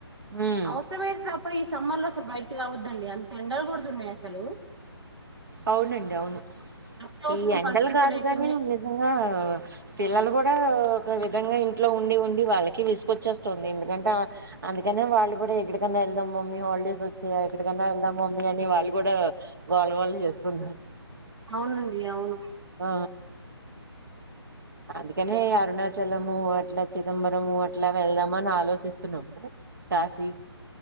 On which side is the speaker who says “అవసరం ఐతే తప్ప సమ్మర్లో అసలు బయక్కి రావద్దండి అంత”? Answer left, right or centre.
Right